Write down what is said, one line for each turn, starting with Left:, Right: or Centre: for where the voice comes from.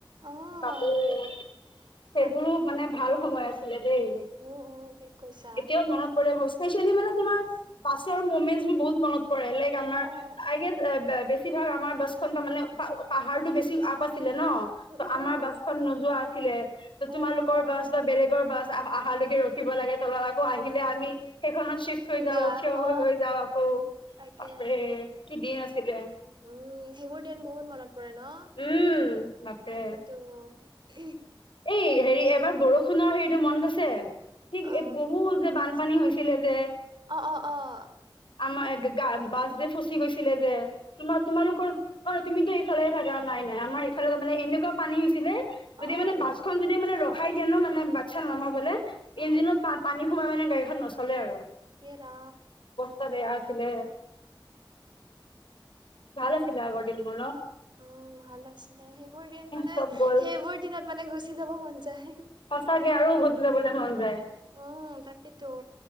Right: অ',
Left: বাপ সেইবোৰো
Right: তাকেতো
Left: মানে ভাল সময় আছিলে দেই।
Right: উম, উম, ঠিক কৈছা
Left: এতিয়াও মনত পৰে স্পেচিয়েলি মানে তোমাৰ বাছৰ মমেণ্ট বহুত মনত বেলেগ আমাৰ
Right: অ',
Left: আই গেছ বেছিভাগ আমাৰ বাছখন তাৰানে পাহাৰতটো বেছি আপ আচিল ন
Right: উম,
Left: টো
Right: উম, উম,
Left: আমাৰ বাচখন নোযোৱা আছিল
Right: অ'।
Left: তোমালৰ বা বা বেলেগৰ বাছ অহালৈকে ৰখিব লাগে তলত আকৌ আহিলে আমি সেইখনত চিফট
Right: উঠি
Left: হৈ যাও
Right: যোৱা
Left: থিয়
Right: অ
Left: হৈ হৈ যাও আকৌ
Right: তাকে
Left: বাপৰে কি দিন আছিলে।
Right: উম সেইবোৰ দিন বহুত মনত, পৰে ন
Left: উম বাপৰে
Right: তাকেতো।
Left: এই হেৰি এবাৰ বৰষুণৰ হেৰিতটো মন আছে কি
Right: অ
Left: বহুত যে বানপানী হৈছে চিলে যে।
Right: অঁ অঁ,
Left: আমাৰা বাছ যে ফচি গৈছিলে যে তোমাৰ তোমালোকৰ অ তুমিতো এইফালে থাকা নাই ন নাই আমাৰ এইফালে মানে এনেকুৱা পানী হৈছিলে যদি
Right: অ অ
Left: মানে বাছখনন যদি মানে ৰখাই দিয়ে নো মানে বাচ্ছা নমাবলৈ
Right: উম
Left: ইঞ্জিনত প পানী সোমাই মানে গাড়ীখন নচলে আৰু
Right: সৰা
Left: ত বে আছিলে ভাল আছিলে আগদিন কো
Right: অ ভাল আছিলে সেইবোৰ দিন মানে
Left: চব গ'ল
Right: সেইবোৰ দিনত মানে গুচি যাব মন যায়
Left: সঁচাকে আৰু উভতি যাবলৈ মন যায়
Right: উ কাটিিতো